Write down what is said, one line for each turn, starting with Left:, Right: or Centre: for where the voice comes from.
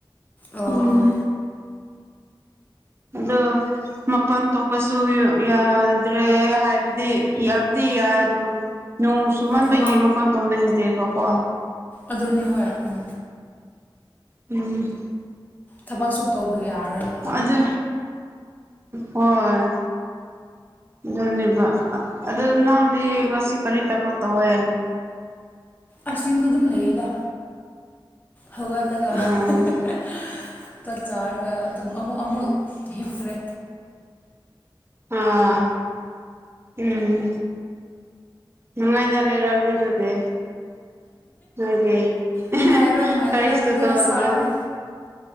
Left: ꯑꯣ
Right: ꯎꯝ
Left: ꯑꯥ
Right: ꯑꯗ‌ꯣ ꯃꯄꯥꯟ ꯊꯣꯛꯄꯁꯨ ꯌꯥꯗ꯭ꯔꯦ ꯍꯥꯏꯕꯗꯤ ꯌꯥꯕꯗꯤ ꯌꯥꯢ ꯑꯗꯨ ꯅꯣꯡ ꯁꯨꯃꯟꯕꯒꯤ
Left: ꯍꯣꯏ ꯊꯕꯛ
Right: ꯃꯄꯥꯟ ꯇꯣꯛꯅꯤꯡꯗꯦꯕꯀꯣ
Left: ꯑꯗꯨꯅꯦ ꯍꯣꯏ ꯑꯝ
Right: ꯎꯝ
Left: ꯊꯕꯛꯁꯨ ꯇꯧꯕ ꯌ꯭ꯥꯔꯣꯏꯅꯣ
Right: ꯑꯗꯨ ꯍꯣꯏ ꯗꯨꯅꯦꯕ ꯑꯥ ꯑꯗꯨ ꯅꯪꯗꯤ ꯉꯁꯤ ꯀꯔꯤ ꯇꯕꯛ ꯇꯧꯋꯦ
Left: ꯑꯁ ꯌꯨꯝꯗ ꯗꯨꯝ ꯂꯩꯌꯦꯗ ꯍꯧꯒꯠꯂꯒ
Right: ꯎꯝ
Left: <unintelligible> ꯆꯥꯛ ꯆꯥꯔꯒ ꯑꯗꯨꯝ ꯑꯃꯨꯛ ꯑꯃꯨꯛ ꯍꯤꯞꯈ꯭ꯔꯦ
Right: ꯑꯥ ꯎꯝ ꯅꯨꯉꯥꯏꯅ ꯂꯩꯔꯕꯅꯦ ꯗꯨꯗꯤ <unintelligible>
Left: ꯅꯨꯡꯉꯥꯏꯕ꯭ꯔꯥ ꯅꯨꯡꯉꯥꯏꯇꯕ꯭ꯔꯥ
Right: ꯀꯔꯤꯁꯨ
Left: ꯈꯪꯗꯦꯗ
Right: ꯇꯧꯗ꯭ꯔꯗꯤ
Left: ꯁꯥꯕꯒꯤ